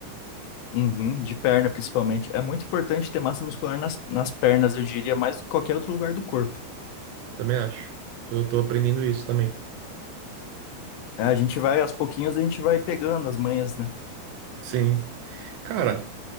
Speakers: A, on the left (about 80°); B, on the right (about 80°).
A: Uhum, de perna, principalmente. É muito importante ter massa muscular nas, nas pernas, eu diria, mais do que qualquer outro lugar do corpo.
B: Também acho. Tô, Eu tô aprendendo isso também.
A: É, A gente vai, aos pouquinhos, a gente vai pegando as manhas, né?
B: Sim. Cara,